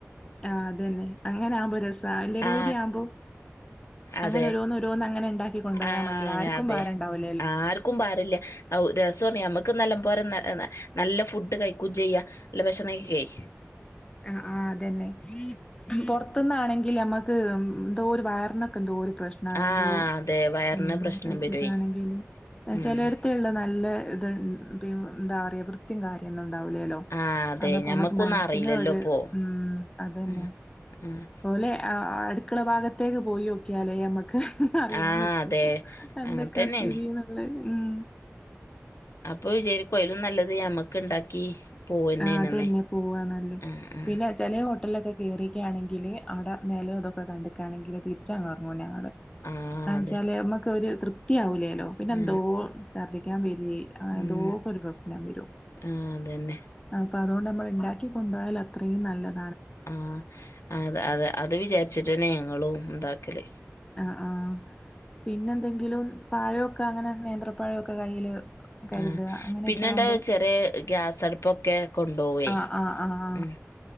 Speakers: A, on the left; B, on the left.
A: ആ അതന്നെ അങ്ങനെ ആവുമ്പോ രസ എല്ലര
B: ആ
A: കൂടി ആവുമ്പോ
B: അതെ
A: അങ്ങനെഓരോന്ന് ഓരോന്ന് അങ്ങനെ ഉണ്ടാക്കി കൊണ്ടയാൽ
B: ആഹ്
A: മതില്ല ആക്കും
B: അതെ
A: ഭാരണ്ടാവില്ല
B: ആർക്കും ഭാരല്ല രസമാണ് നമ്മുക്ക് നല്ല പോലെ നല്ല നല്ല ഫുഡ് കഴിക്കയും ചെയ്യ നല്ല ഭക്ഷണം കയി
A: ആ ആഹ അതന്നെ പുറത്തുന്നാണെങ്കിൽ നമ്മുക്ക് എന്തോ ഒരു വയറിനൊക്കെ എന്തോ ഒരു പ്രശ്നമാണ്
B: ആഹ്
A: എന്തോ
B: അതെ വയറിന്
A: ഉം
B: പ്രശ്നം
A: പൈച്ചക്ക
B: വരുവേ
A: ആണെങ്കില്
B: ഉം
A: ചിലയിടത്തുള്ള നല്ല ഇത് എന്താ പറയ വൃ ത്തിം കാര്യൊന്നും ഉണ്ടാവില്ലല്ലോ
B: ആഹ് അതെ
A: അന്നപ്പോ
B: ഞമ്മക്കൊന്നും
A: നമ്മുക്ക് മന
B: അറിയില്ലല്ലോ
A: പിന്നെ ഒരു
B: ഇപ്പോ
A: ഉം അതന്നെ
B: ആഹ് ആഹ്
A: പോലെ അടുത്ത ടുക്കള ഭാഗത്തേക്ക് പോയി നോക്കിയാലേ നമുക്ക് അറിയാൻ
B: ആഹ്
A: പറ്റുവ
B: അതെ
A: എന്തൊക്കെ
B: അങ്ങൻത്തന്നേണ്
A: സ്ഥിതിന്ന് ഉള്ളത് ഉം
B: അപ്പൊ വിചാരി കൈലും നല്ലത് മ്മക്ക് ഇണ്ടാക്കി പോവന്നേണ്ന്ന്
A: ആ അത തന്നെ പോവ നല്ലേ
B: ആഹ് ആഹ്
A: പിന്നെ ചില ഹോട്ടലൊക്കെ കയറിക്കുകയാണെങ്കിൽ അടെ നിലം ഇതൊക്കെ കണ്ടക്കുകയാണെങ്കിൽ തിരിച്ചങ്റങ്ങൂന
B: ആഹ് അതെ
A: ച്ചാല് നമ്മക്ക്‌ തൃപ്തിയാവില്ലല്ലോ പിന്നെ
B: ആഹ്
A: എന്തോ ശർദ്ധിക്കാൻ വ അ
B: ഉം
A: എന്തോക്കെ ഒരു പ്രശ്നം വരും
B: ആഹ് അതന്നെ
A: അപ്പൊ അതുകൊണ്ട് നമ്മൾ ഉണ്ടാക്കി കൊണ്ടു പോയാൽ അത്രയും നല്ലത്
B: ആഹ അ അത അത് വിചാരിച്ചിട്ടന്നെ ഞങ്ങളും ഉണ്ടാക്കല്
A: ആ ആഹ പിന്നെന്തെങ്കിലും പഴക്കെ അങ്ങനെ നേന്ത്രപ്പാഴക്കെ കയ്യില് കരുതുക
B: ആ
A: അങ്ങനെയൊക്കെ
B: പിന്നെണ്ടാ
A: ആകുമ്പോ
B: ചെറിയ ഗ്യാസടുപ്പൊക്കെ കൊണ്ടുപോവേ
A: ആഹ് ആഹ് ആഹ് ആഹ്
B: ഉം